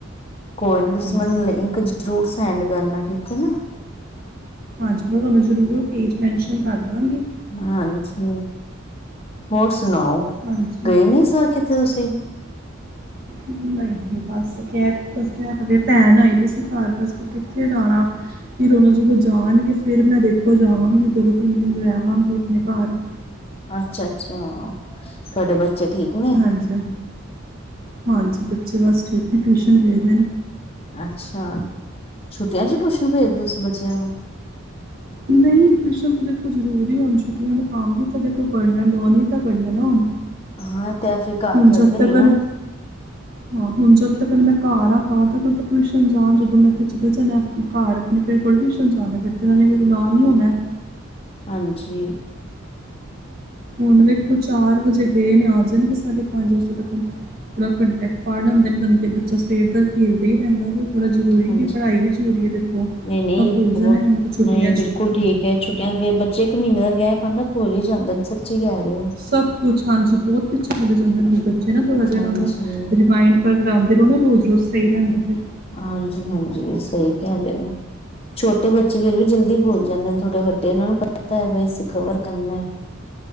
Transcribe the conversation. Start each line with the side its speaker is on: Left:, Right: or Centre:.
Left: ਕੋਈ ਨੀ ਤੁਸੀਂ
Right: ਹਾਂਜੀ
Left: ਮੈਨੂੰ ਲਿੰਕ ਜ਼ਰੂਰ ਸੈਂਡ ਕਰਨਾ, ਠੀਕ ਹੈ ਨਾ।
Right: ਹਾਂਜੀ ਮੈਂ ਤੁਹਾਨੂੰ ਜ਼ਰੂਰ ਪੇਜ ਮੈਨਸ਼ਨ ਕਰ ਦਾਂਗੀ।
Left: ਹਾਂਜੀ, ਹੋਰ ਸੁਣਾਓ
Right: ਹਾਂਜੀ,
Left: ਗਏ ਨੀ ਇਸ ਵਾਰ ਕਿੱਥੇ ਤੁਸੀਂ
Right: ਨਹੀਂ ਬਸ। ਕੈਬ ਦੱਸਿਆ, ਭੈਣ ਆਈ ਦੀ ਸੀ ਘਰ, ਦਸ ਕਿੱਥੇ ਜਾਣਾ ਫਿਰ ਉਹਨਾਂ ਜਦੋਂ ਜਾਣਗੇ, ਫਿਰ ਮੈਂ ਦੇਖੋ ਜਾਵਾਂਗੀ ਦੋ-ਤਿੰਨ ਦਿਨ ਰਹਿ ਆਵਾਂਗੀ ਆਪਣੇ ਘਰ
Left: ਅੱਛਾ, ਅੱਛਾ। ਤੁਹਾਡੇ ਬੱਚੇ ਠੀਕ ਨੇ
Right: ਹਾਂਜੀ ਹਾਂ, ਹਾਂਜੀ ਬੱਚੇ ਬਸ ਠੀਕ ਏ ਟਿਊਸ਼ਨ ਗਏ ਨੇ
Left: ਅੱਛਾ, ਛੁੱਟੀਆਂ 'ਚ ਟਿਊਸ਼ਨ ਭੇਜਦੇ, ਤੁਸੀਂ ਬੱਚਿਆਂ ਨੂੰ <inaudible>
Right: ਨਹੀਂ ਟਿਊਸ਼ਨ ਤਾਂ ਦੇਖੋ ਜ਼ਰੂਰੀ ਹੋਣ ਛੁਟੀਆਂ ਦਾ ਕੰਮ ਵੀ ਤਾਂ ਦੇਖੋ ਕਰਨਾ, ਲੋਨ ਵੀ ਤਾਂ ਕਰਨਾ ਨਾ।
Left: ਹਾਂ ਤੈ ਫਿਰ ਘਰ
Right: ਹੁਣ
Left: ਕਰਦੇ
Right: ਸਤਯਕਰਨ।
Left: ਨੀ ਨਾ
Right: ਹਾਂ ਹੁਣ ਜਦ ਤੱਕ ਮੈਂ ਘਰ ਆਂ, ਤਾਂ ਤੱਕ ਟਿਊਸ਼ਨ ਜਾਣਦੋਂ, ਮੈਂ ਫੇਰ ਤਾਂਂ ਮੈਂ ਅਪਨੇ ਘਰ। ਫਿਰ ਥੋੜੀ ਟਿਊਸ਼ਨ ਜਾਣਾ, ਫਿਰ ਇਹਨਾਂ ਮੇਰੇ ਨਾਲ ਹੀ ਹੋਣਾ।
Left: ਹਾਂਜੀ।
Right: ਹੁਣ ਵੇਖੋ ਚਾਰ ਵਜੇ ਗਏ ਨੇ, ਆ ਜਾਣਗੇ ਸਾਢੇ ਪੰਜ ਵਜੇ ਤੱਕ। ਥੋੜਾ ਘੰਟਾ ਇਕ ਪੜ ਆਉਂਦਾ ਬੰਦਾ, ਬੱਚਾ ਸਵੇਰ ਦਾ ਖੇਡਦਾ ਹੀ ਰਹਿੰਦਾ ਵੇ ਬੜਾ ਜ਼ਰੂਰੀ
Left: ਹਾਂਜੀ
Right: ਕਿ ਪੜ੍ਹਾਈ ਵੀ ਜ਼ਰੂਰੀ ਹੈ ਦੇਖੋ।
Left: ਨਹੀਂ ਨਹੀਂ
Right: ਤਾਂ ਭੁੱਲ
Left: ਬਹੁਤ
Right: ਜਾਣਾ ਇੰਨਾ ਫੇਰ ਛੁੱਟੀਆਂ
Left: ਨਹੀਂ
Right: 'ਚ
Left: ਬਿਲਕੁਲ ਠੀਕ ਏ ਛੁੱਟੀਆਂ ਦੇ ਦਿਨ ਬੱਚੇ ਇੱਕ ਮਹੀਨੇ ਦਾ ਗੈਪ ਅਉਂਦਾ ਭੁਲ ਹੀ ਜਾਂਦੇ, ਸੱਚੀ ਕਹਿ ਰਹੇ ਹੋ।
Right: ਸਭ ਕੁਛ, ਹਾਂਜੀ ਬਹੁਤ ਪਿੱਛੇ ਚਲੇ ਜਾਂਦੇ ਨੇ ਬੱਚੇ, ਨਾ ਥੋੜ੍ਹਾ ਜਿਹਾ
Left: ਹਾਂਜੀ
Right: ਇਹਨਾਂ ਨੂੰ ਰਿਮਾਇਂਡ ਪਰ ਪੜਾਦੇ ਰਹੋ ਨਾ ਰੋਜ਼ ਰੋਜ਼ ਸਹੀ ਰਹਿੰਦਾ। ਫਿਰ
Left: ਹਾਂਜੀ‌‌‌, ‌‌‌‌ਹਾਂਜੀ ਸਹੀ ਕਹਿ ਰਹੇ ਹੋ। ਛੋਟੇ ਬੱਚੇ ਫੇਰ ਵੀ ਜਲਦੀ ਭੁਲ ਜਾਂਦੇ ਨੇ। ਥੋੜੇ ਵੱਡੇ ਇਹਨਾਂ ਨੂੰ ਪਤਾ ਹੈ, ਬਇ ਅਸੀਂ ਕਵਰ ਕਰਨਾ ਹੈ